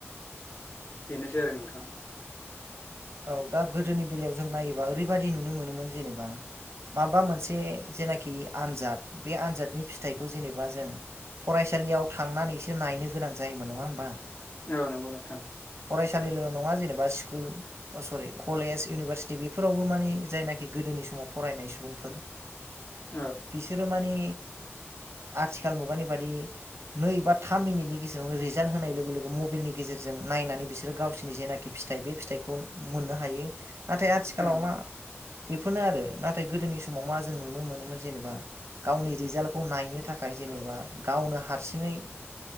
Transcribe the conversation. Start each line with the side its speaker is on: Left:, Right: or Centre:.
Left: बेनोसै आरो नोंथां,
Right: औ दा गोदोनि बेलायाव जों नायोबा ओरैबाददि नुनो मोनोमोन जेनेबा माबा मोनसे जेनाखि आनजाद बे आनजादनि फिथाइखौ जेनेबा जों फरायसालियाव थांनानैसो नायनो गोनां जायोमोन नङा होमबा,
Left: औ नंगौ नोंथां
Right: फरायसालिल' नङा जेनेबा स्कुल अ सरि कलेज, इउनिभारसिटि बेफोरावबो मानि जायनाखि गोदोनि समाव फरायनाय सुबुंफोर,
Left: औ
Right: बिसोरो मानि आथिखाल मुगानि बादि नै बा थाम मिनिटनि गेजेरावनो रिजाल्ट होनाय लोगो लोगो मबाइलनि गेजेरजों नायनानै बिसोर गावसिनि जेनाखि, फिथाइ बे फिथाइखौ मोननो हायो नाथाय आथिखालाव
Left: औ
Right: मा, बेफोरनो आरो नाथाय गोदोनि समाव मा जों नुनो मोनोमोन जेनेबा गावनि रिजाल्टखौ नायनो थाखाय
Left: हेलौ
Right: जेनेबा गावनो हारसिङै